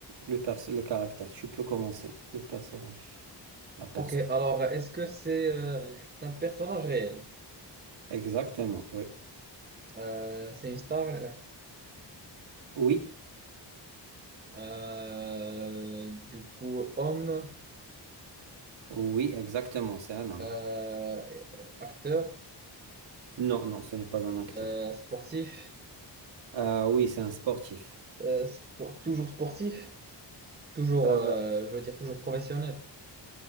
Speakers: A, on the right; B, on the right.
A: le, perso- le caractère. Tu peux commencer. Le personnage, la personne.
B: Ok, alors est-ce que c'est euh, un personnage réel?
A: Exactement, oui.
B: Euh, c'est une star,
A: Oui,
B: euh, du coup, homme,
A: oui, exactement, c'est un homme.
B: euh, acteur,
A: Non, non, ce n'est pas un acteur.
B: euh, sportif,
A: Ah oui, c'est un sportif.
B: euh, spo- toujours sportif, toujours,
A: Euh,
B: euh, je veux dire, toujours professionnel,